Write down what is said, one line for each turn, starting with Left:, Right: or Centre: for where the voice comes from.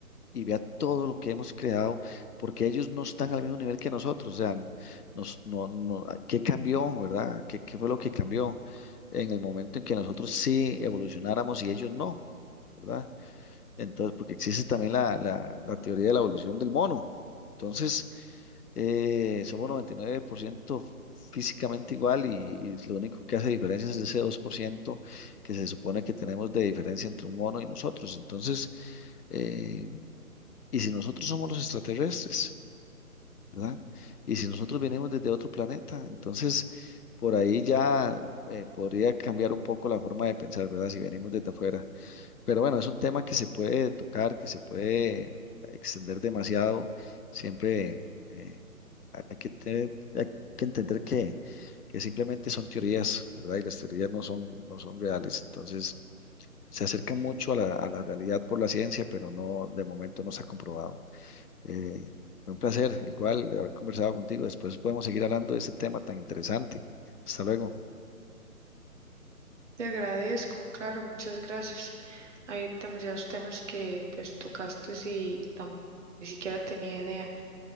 Left: y vea todo lo que hemos creado, porque ellos no están al mismo nivel que nosotros, o sea, n- nos, no, no, ah, ¿qué cambió, verdad? ¿Qué, qué fue lo que cambió en el momento en que nosotros sí evolucionáramos y ellos no, ¿verdad? Entonces, porque existe también la, la, la teoría de la evolución del mono. Entonces, eh, somos 99% físicamente igual y, y lo único que hace diferencia es ese 2% que se supone que tenemos de diferencia entre un mono y nosotros. Entonces, eh, y si nosotros somos los extraterrestres, ¿verdad? Y si nosotros venimos desde otro planeta, entonces por ahí ya eh, podría cambiar un poco la forma de pensar, ¿verdad? Si venimos desde afuera. Pero bueno, es un tema que se puede tocar, que se puede extender demasiado. Siempre eh, hay que tener- hay que entender que, que simplemente son teorías, ¿verdad? Y las teorías no son, no son reales. Entonces se acercan mucho a la, a la realidad por la ciencia, pero no, de momento no se ha comprobado. Eh, fue un placer, igual, de haber conversado contigo. Después podemos seguir hablando de este tema tan interesante. Hasta luego.
Right: Te agradezco, claro, muchas gracias. Hay demasiados temas que pues tocaste y tam- ni siquiera tenía idea.